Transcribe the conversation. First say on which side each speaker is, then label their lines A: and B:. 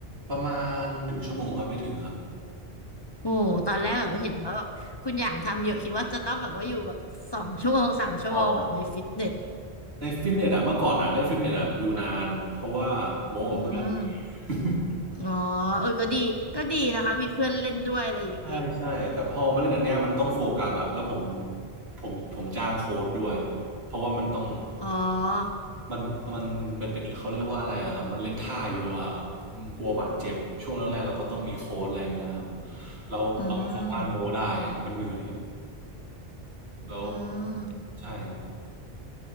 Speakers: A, on the right; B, on the left.
A: ประมาณหนึ่งชั่วโมงครับไม่ถึงครับ
B: โอ้ตอนแรกแบบเห็นว่าแบบคุณอย่างทำเยอะคิดว่าจะต้องแบบว่าอยู่แบบสองชั่วโมงสามชั่วโมงแบบในฟิตเนส
A: อ๋อ ในฟิตเนสอะเมื่อก่อนอะเล่นฟิตเนสอะอยู่นานเพราะว่าโม้กับเพื่อน
B: อืม
A: <laughs>
B: อ๋อ เออ ก็ดี ก็ดีนะคะ มีเพื่อนเล่นด้วยอะไรอย่างนี้
A: ใช่ใช่แต่พอมาเล่นอันเนี้ยมันต้องโฟกัสอะแล้วผมผมผมจ้างโค้ดด้วยเพราะว่ามันต้อง
B: อ๋อ
A: มันมันมันเป็นเขาเรียกว่าอะไรอะครับมันเล่นท่าเยอะอะมันกลัวบาดเจ็บช่วงแรกๆเราก็ต้องมีโค้ดอะไรเงี้ยครับเราเราไม่สามารถโม้ได้อะมันเหนื่อย
B: อืม
A: แล้ว
B: อืม
A: ใช่ครับ